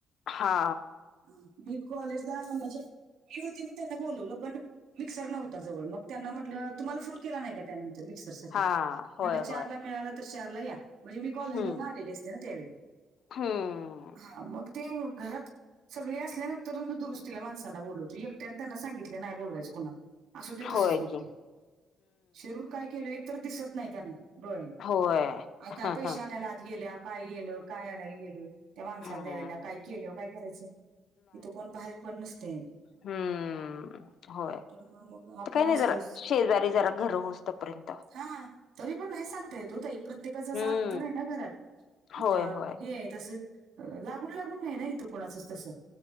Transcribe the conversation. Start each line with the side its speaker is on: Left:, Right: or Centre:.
Left: हा
Right: ह मी कॉलेज ला म्हणजे मी होती मी त्यांना बोलवलं पण मिक्सर नव्हता जवळ मग त्यांना म्हटलं तुम्हाला फोन केला नाही का त्यानंतर मिक्सर साठी
Left: हा होय
Right: म्हनल चारला
Left: होय
Right: मिळाल तर चारला या म्हणजे मी कॉलेजमधुन
Left: हम्म
Right: आलेले असते ना त्यावेळी
Left: हम्म
Right: हा मगत तेन घरात सगळे असल्यानंतर दुरुस्तीला माणसांना बोलयचं एकट्यानं त्यांना सांगितलंनाई बोलवायचं कुणाला असू दे,
Left: होय
Right: तसंच, रुटी
Left: की
Right: चिरून काय केलं एक तर दिसत नाई त्यांना डोळ्याने
Left: होय
Right: आन काय
Left: ह
Right: पैशे
Left: ह
Right: आणायला आत गेल्याकाय गेलं, काय आणायला गेलं त्या माणसाला
Left: हम्म
Right: द्यायला काय केल्यावर, काय करायचं इथं कोण बाहेर पण नसतेय
Left: हम होय,
Right: त्यामुळे मग आपण
Left: काई नाही
Right: असलो
Left: जरा, शेजारी जरा घर होऊस्तपर्यंत
Right: हा हा तरी पण नाई सांगता येत वो ताई प्रत्येकाचं
Left: हम्म.
Right: <unintelligible> ना घरात
Left: होय
Right: अ
Left: होय
Right: हेआहे तसं लागून लागून नाही ना, इथं कोणाचाच तसं